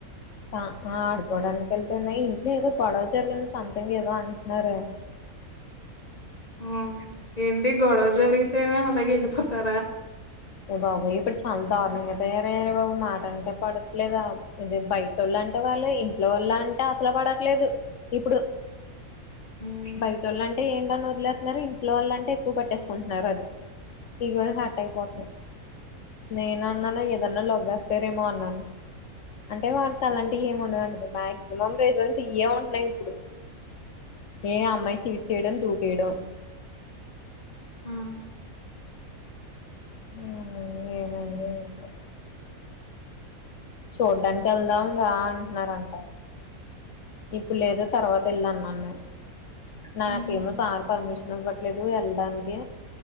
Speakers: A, on the left; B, on the left.
A: కా ఆడ్కోడా నిక ఎల్ తన ఇంట్లో ఏదో గొడవ జరిగింది సంథింగ్ ఏదో అంటున్నారే
B: ఆ ఏంటి గొడవ జరిగితేనే అలాగే వెళ్ళిపోతారా
A: అయ్య బాబోయ్ ఇప్పుడు చాలా దారుణంగా తయారయ్యారే బాబు మాట అంటే పడట్లేదు ఇది బయటోళ్ళు అంటే పర్లేదు ఇంట్లో వాళ్ళు అంటే అసలు పడట్లేదు ఇప్పుడు
B: హ్మ్.
A: బయటోళ్ళుంట్ అంటే ఏంటని వదిలేతున్నారు ఇంట్లో వాల్లంటే ఎక్కువ పెట్టేసుకుంటున్నారు అది ఈగో లు హర్ట్ అయిపోద్ది నేనన్నాను ఏదన్నా లవ్ ఎఫైరేమో అన్నాను అంటే వాడికి అలాంటివి ఏముండవంట మాక్సిమం రీజన్స్ ఇయే ఉంటున్నాయి ఇప్పుడు ఏ అమ్మాయి చీట్ చేయడం తూ వీడు
B: హ్మ్
A: ఆ ఏమైందో ఏంటో చూడ్డానికి వెళ్దాం రా అంటన్నారంట ఇప్పుడు లేదు తర్వాత వెళ్ళు అన్నా హ్మ్ నా
B: హుహు.
A: ఫేమసార్ పర్మీషన్ అవ్వట్లేదు వెళ్ళడానికి